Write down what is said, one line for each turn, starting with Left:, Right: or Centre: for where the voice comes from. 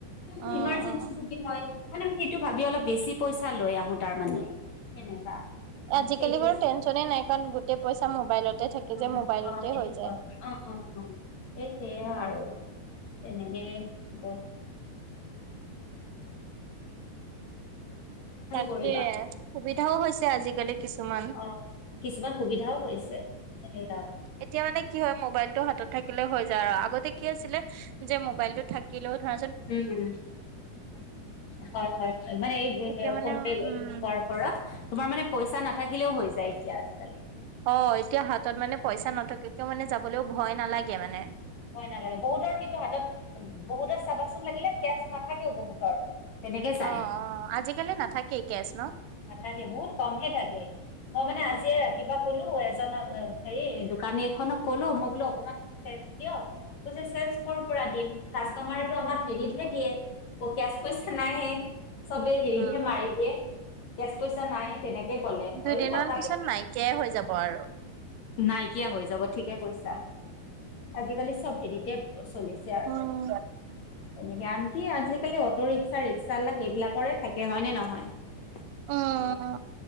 Left: মোৰ
Right: অ',
Left: ইমাঞ্চেছি
Right: অ',
Left: চুটি নাই। মানে সেইটো ভাবি অলপ বেছি পইচা লৈ আহোঁ তাৰ মানে তেনেকা। অ
Right: আজিকালি
Left: সেইটো
Right: বাৰু টেনচনে নাই কাৰণ গোটেই পইচা মোবাইলতে থাকে। যে
Left: উম,
Right: মোবাইলতে
Left: অ' সেইটো
Right: হৈ যায়।
Left: হয় অ' অ' অ' সেই সেয়া
Right: উম।
Left: আৰু তেনেকেই ক'ত
Right: তাকে,
Left: কৰিবা
Right: সুবিধাও হৈছে আজিকালি। কিছুমান।
Left: অ' কিছুমান সুবিধাও কৰিছে এয়াৰ।
Right: এতিয়া মানে কি হয় মোবাইলতটো হাতত থাকিলে হৈ যায় আৰু আগতে কি আছিলে যে মোবাইলতটো থাকিলেও ধৰা
Left: উম, হয়, হয়, মানে এই
Right: তেতিয়া মানে
Left: ফোন পে হোৱাৰ
Right: উম
Left: ফলত ধৰা তোমাৰ মানে পইচা নাথাকিলেও হৈ যায়। এতিয়া, আজিকালি
Right: অ' এতিয়া হাতত মানে পইচা নথাকাকেও মানে যাবলৈও ভয় নালাগে মানে।
Left: ভয় নালাগে, বহুতৰ কিন্তু হাতত বহুতৰ চাবাচোন লাগিলে কেচ নাথাকেও বহুতৰ তেনেকে যায়
Right: অ' অ' আজিকালি নাথাকে কেচ ন।
Left: নাথাকে বহুত কমহে থাকে, মই মানে আজি ৰাতিপুৱা কলোঁ এজন হেৰি দোকান এইখনক ক'লো মই বোলোঁ অকমান চেঞ্চ দিয়ক, কৈছে চেঞ্চ ক'ৰপৰা দিম। কাষ্টটমাৰেটো আমাক ক্ৰেডিতহে দিয়ে পকে কেচ পইচা নায়েই। চবে ক্ৰেডিটে
Right: উম,
Left: হেৰি মাৰি দিয়ে কেচ পইচা নাই তেনেকে ক'লে
Right: দুইদিনমান
Left: হৈয়ো কথাটো।
Right: পিছত নাইকিয়াই হৈ যাব আৰু।
Left: নাইকিয়া হৈ যাব, ঠিকে কৈছা। আজিকালি চ'ব হেৰিটে চলিছে আৰু
Right: উম,
Left: তেনেকে আনকি আজিকালি অটো ৰিক্সা এটা ৰিক্সাৱালাৰ সেইবিলাকৰে থাকে হয় নে নহয়।
Right: অহ'
Left: তেনেকে